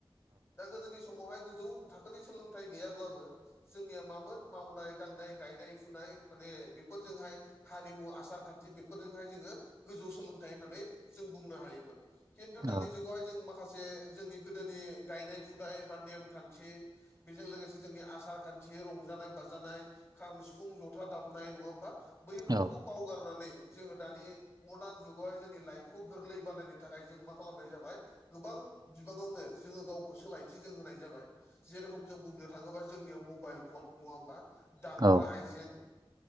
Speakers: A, on the left (about 25°); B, on the right (about 40°).
A: दा गोदोनि समावहाय गोजौ थाखोनि सोलोंथाइ गैयाब्लाबो जोंनिया मामोन मावनाय दांनाय गायनाय फुनाय माने बेफोरजोंहाय हारिमु आसार खान्थि बेफोरजोंहाय जोङो गोजौ सोलोंथाइ होननानै जों बुंनो हायोमोन। खिन्थु दानि
B: औ
A: जुग खौहाय जों माखासे जोंनि गोदोनि गायनाय फुनाय बा नेम थि बेजों लोगोसे जोंनि आसार खान्थि रंजानाय बाजानाय खाम सिफुं जथा दामनाय नङा होमबा बैखोरखौ
B: औ
A: बावगारनानै जोङो दानि मदार्न जुगावाय जोंनि लाइक खौ गोरलै बानायनो थाखाय जों मा खालामनाय जाबाय गोबां बिबाङावनो जोङो गावखौ सोलाय थि जों होनाय जाबाय जेरेखम जों बुंनो थाङोबा जोंनियाव मबाइल फन नङा होमबा? दामग्रा
B: औ
A: आइजें